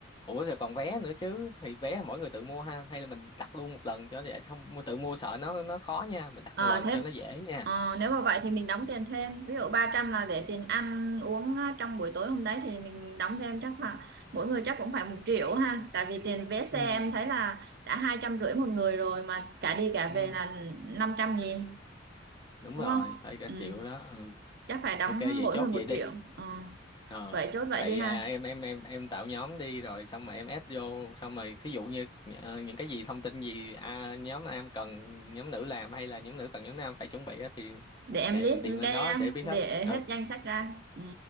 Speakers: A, on the left; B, on the right.
A: ủa rồi còn vé nữa chứ thì vé mỗi người tự mua ha hay là mình đặt luôn một lần cho để không tự mua sợ nó nó khó nha mình đặt
B: Ờ,
A: một lần
B: thế
A: cho nó dễ nha
B: ờ, nếu mà vậy thì mình đóng tiền thêm ví dụ 300 là để tiền ăn uống á, trong buổi tối hôm đấy thì mình đóng thêm chắc khoảng mỗi người chắc cũng phải một triệu ha tại vì tiền vé xe
A: ừ
B: em thấy là đã hai trăm rưỡi một người rồi mà cả đi cả
A: ừ
B: về là 500 nghìn
A: đúng
B: đúng
A: rồi
B: không
A: phải cả
B: ừ.
A: triệu đó ừ
B: chắc phải đóng
A: ok vậy
B: mỗi
A: chốt
B: người một
A: vậy đi
B: triệu Ờ,
A: ờ
B: vậy chốt vậy
A: vậy
B: đi ha
A: à, em em em em tạo nhóm đi rồi xong rồi em add vô xong rồi thí dụ như ờ, những cái gì thông tin gì à, nhóm nam cần nhóm nữ làm hay là nhóm nữ cần nhóm nam phải chuẩn bị á thì
B: để em
A: điền
B: list
A: điền lên
B: cái
A: đó để biết hết
B: để
A: ừ
B: hết danh sách ra ừ.